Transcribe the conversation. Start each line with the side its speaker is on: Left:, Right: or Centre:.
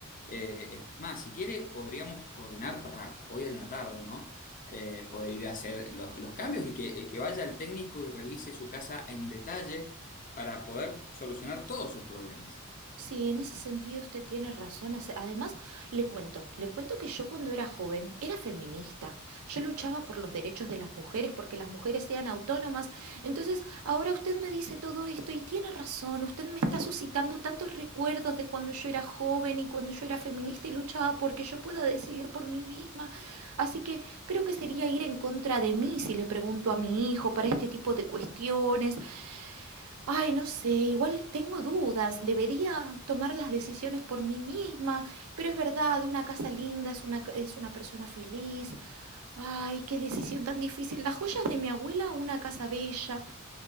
Left: Eh, es más, si quiere, podríamos coordinar para hoy en la tarde, ¿no? Eh, poder ir a hacer los, los cambios y que, eh, que vaya el técnico y revise su casa en detalle para poder solucionar todos sus problemas.
Right: Sí, en ese sentido usted tiene razón. Hace- Además, le cuento, le cuento que yo cuando era joven era feminista. Yo luchaba por los derechos de las mujeres, porque las mujeres sean autónomas. Entonces, ahora usted me dice todo esto y tiene razón. Usted me está suscitando tantos recuerdos de cuando yo era joven y cuando yo era feminista y luchaba porque yo pueda decidir por mí misma. Así que creo que sería ir en contra de mí si le pregunto a mi hijo para este tipo de cuestiones. Ay, no sé, igual tengo dudas, debería tomar las decisiones por mí misma, pero es verdad, una casa linda es una, ca- es una persona feliz. Ay, qué decisión tan difícil. Las joyas de mi abuela o una casa bella.